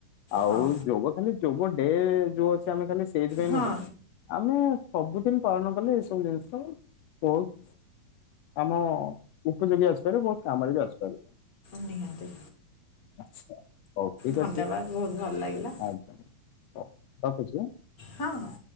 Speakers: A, on the left; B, on the left.
A: ଆଉ
B: ହଁ
A: ଯୋଗ ଖାଲି ଯୋଗ ଡେ ଯୋଉ ଅଛି ଆମେ ଖାଲି ସେଇଥିପାଇଁ
B: ହଁ
A: ନୁହେଁ ଆମେ ସବୁଦିନ ପାଳନ କଲେ ଏସବୁ ଜିନିଷ ବହୁତ୍ ଆମ ଉପଯୋଗୀ ଆସିପାରିବ, ବହୁତ୍ କାମରେ ବି ଆସିପାରିବ।
B: ନିହାତି।
A: ଆଚ୍ଛା ହଉ ଠିକ୍
B: ଧନ୍ୟବାଦ
A: ଅଛି।
B: ବହୁତ ଭଲ ଲାଗିଲା
A: ଆଜ୍ଞା ହଉ ରଖୁଚି ଆଁ।
B: ହଁ ହଁ।